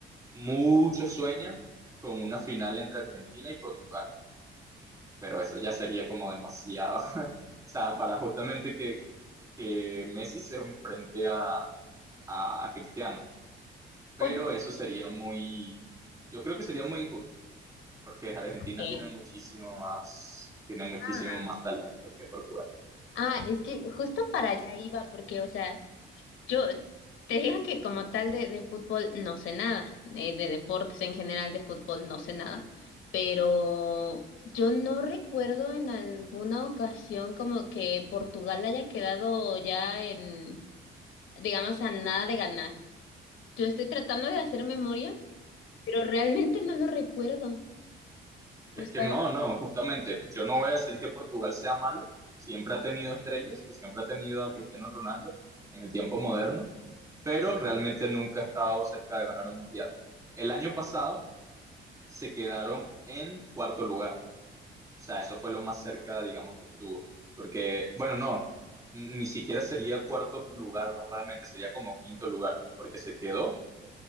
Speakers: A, on the right; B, on the left.
A: Muchos sueñan con una final entre Argentina y Portugal, pero eso ya sería como demasiado, <laughs> o sea, para justamente que, que Messi se enfrente a, a Cristiano. Pero
B: Oye,
A: eso sería muy, yo creo que sería muy injusto, porque Argentina
B: ¿qué?
A: tiene muchísimo más, tiene muchísimo
B: Ah,
A: más talento que Portugal.
B: Ah, es que justo para allá iba, porque, o sea, Yo te digo que como tal de, de fútbol no sé nada, eh, de, deportes en general de fútbol no sé nada, pero yo no recuerdo en alguna ocasión como que Portugal haya quedado ya en, digamos, a nada de ganar. Yo estoy tratando de hacer memoria, pero realmente no lo recuerdo.
A: Es
B: O sea,
A: que no, no, justamente, yo no voy a decir que Portugal sea malo, siempre ha tenido estrellas y siempre ha tenido a Cristiano Ronaldo en el tiempo moderno, pero realmente nunca ha estado cerca de ganar un mundial. El año pasado se quedaron en cuarto lugar sea, eso fue lo más cerca, digamos, que estuvo. Porque, bueno, no, ni siquiera sería cuarto lugar realmente, sería como quinto lugar, porque se quedó